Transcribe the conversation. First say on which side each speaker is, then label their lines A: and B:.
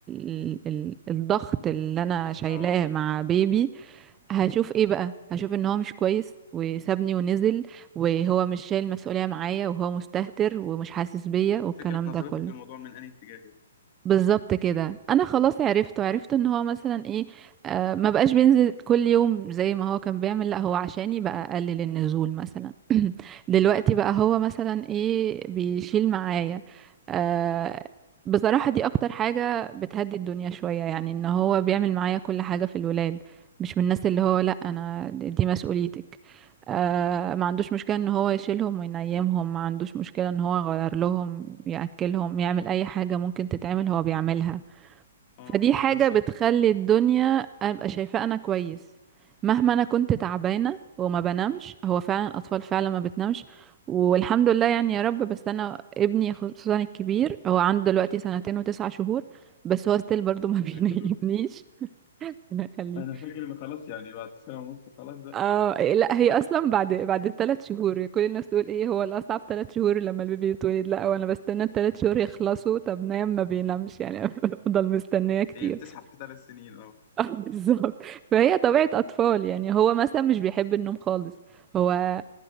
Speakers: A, on the right; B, on the left.
A: ال... ال- الضغط اللي انا شايلاه
B: اه
A: مع بيبي هشوف ايه بقى هشوف ان هو مش كويس وسابني ونزل وهو مش شايل مسؤولية معايا وهو مستهتر ومش حاسس بيا والكلام
B: فكرة نظرتك
A: ده كله
B: للموضوع من أي اتجاه يعني؟
A: بالظبط كده انا خلاص عرفته عرفت ان هو مثلا ايه آه ما بقاش بينزل كل يوم زي ما هو كان بيعمل لا هو عشاني بقى اقلل النزول مثلا <clears throat> دلوقتي بقى هو مثلا ايه بيشيل معايا آه بصراحة دي اكتر حاجة بتهدي الدنيا شوية يعني ان هو بيعمل معايا كل حاجة في الولاد مش من الناس اللي هو لا انا دي مسؤوليتك آه ما عندوش مشكلة ان هو يشيلهم وينيمهم ما عندوش مشكلة ان هو يغير لهم يأكلهم يعمل اي حاجة ممكن تتعمل هو بيعملها
B: اه
A: فدي
B: اه
A: حاجة
B: ده الصح
A: بتخلي
B: صدقني
A: الدنيا ابقى شايفاه انا كويس مهما انا كنت تعبانة وما بنامش هو فعلا الاطفال فعلا ما بتنامش والحمد لله يعني يا رب بس انا ابني خصوصا الكبير هو عنده دلوقتي سنتين وتسعة شهور بس هو ستيل برضو ما <laughs> بينيمنيش
B: ربنا يخليك
A: ربنا يخليك
B: انا فاكر ان خلاص يعني بعد سنه ونص خلاص بقى
A: اه إيه، لا هي اصلا بعد بعد الثلاث شهور كل الناس تقول ايه هو الاصعب ثلاث شهور لما البيبي يتولد لا وانا بستنى الثلاث شهور يخلصوا طب نايم ما بينامش يعني <laughs> بفضل مستنيه كتير
B: هي بتزحف في ثلاث سنين اه
A: <laughs> اه بالظبط فهي طبيعه اطفال يعني هو مثلا مش بيحب النوم خالص هو